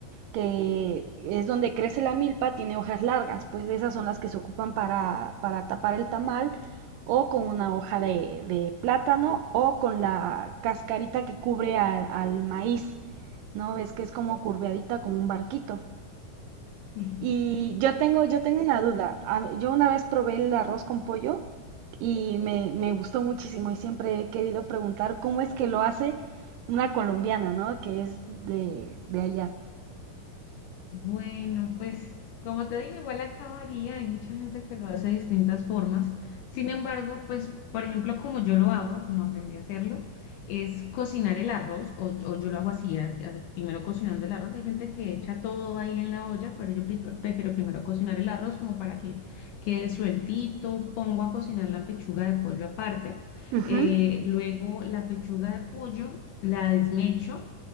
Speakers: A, on the right; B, on the left.
A: que es donde crece la milpa, tiene hojas largas, pues esas son las que se ocupan para, para tapar el tamal, o con una hoja de, de plátano, o con la cascarita que cubre al, al maíz, ¿no? Ves que es como curveadita, como un barquito.
B: Sí, sí.
A: Y yo tengo, yo tengo una duda. A- Yo una vez probé el arroz con pollo y me, me gustó muchísimo y siempre he querido preguntar cómo es que lo hace una colombiana, ¿no? Que es de, de allá.
B: Bueno, pues como te digo, igual acabaría, hay mucha gente que lo hace de distintas formas. Sin embargo, pues por ejemplo, como yo lo hago, como aprendí a hacerlo, es cocinar el arroz o, o yo lo hago así, a- a- primero cocinando el arroz. Hay gente que echa todo ahí en la olla, pero yo pre- prefiero primero cocinar el arroz como para que quede sueltito. Pongo a cocinar la pechuga de pollo aparte.
A: Ujú.
B: Eh, luego la pechuga de pollo la desmecho